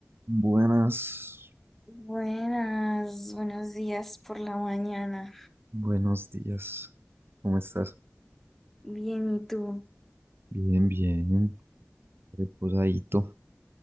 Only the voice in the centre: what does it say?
Buenas, buenos días por la mañana.
Bien, ¿y tú?